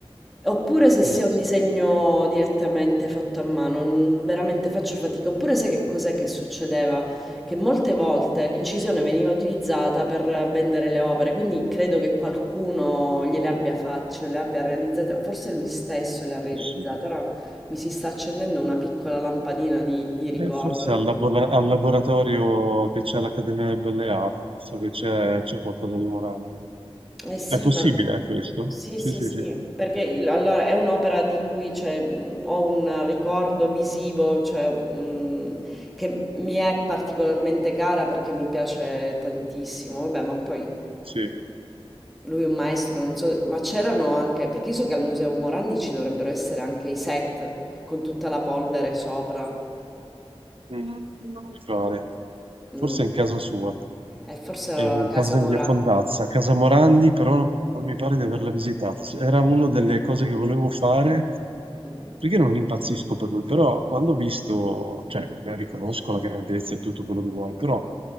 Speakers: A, in the centre; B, on the right.
A: Oppure se sia
B: Mm.
A: un disegno direttamente fatto a mano, n- veramente faccio fatica. Oppure sai che cos'è che succedeva? che molte volte l'incisione veniva utilizzata per vendere le opere, quindi credo che qualcuno gliele abbia fatte, cioè le abbia realizzate, forse lui stesso le
B: È
A: ha realizzate,
B: Possibile.
A: ora mi si sta accendendo una piccola lampadina di, di ricordo.
B: Eh, forse al, labora- al laboratorio che c'è all'Accademia delle Belle Arti, so che c'è c'è qualcosa di Morandi.
A: Eh sì,
B: È possibile,
A: ma...
B: eh, questo?
A: Sì,
B: Sì,
A: sì,
B: sì,
A: sì,
B: sì.
A: perché il- allora è un'opera di cui cioè, mh, ho un ricordo visivo, cioè, mh, che mi è particolarmente cara perché mi piace tantissimo, vabbè, ma poi
B: Sì,
A: Lui è un maestro, non so, ma c'erano anche, perché io so che al Museo Morandi ci dovrebbero essere anche i set con tutta la polvere sopra.
B: Mm. Mi pare.
A: Mm.
B: Forse è in casa sua.
A: E forse
B: eh,
A: era la
B: casa
A: casa
B: in
A: Morandi.
B: via Fondazza, casa Morandi, però non mi pare di averla visitata. Era una delle cose che volevo fare,
A: Mhm.
B: perché non impazzisco per lui, però quando ho visto, cioè, eh, riconosco la grandezza e tutto quello che vuoi, però